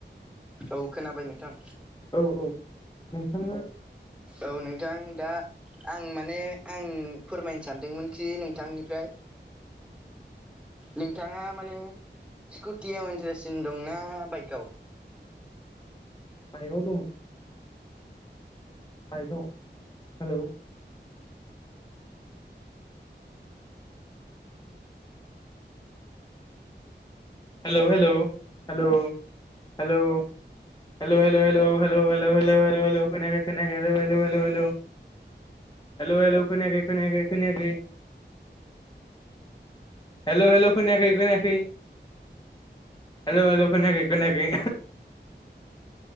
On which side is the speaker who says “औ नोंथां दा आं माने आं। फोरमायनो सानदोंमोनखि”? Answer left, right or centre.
Centre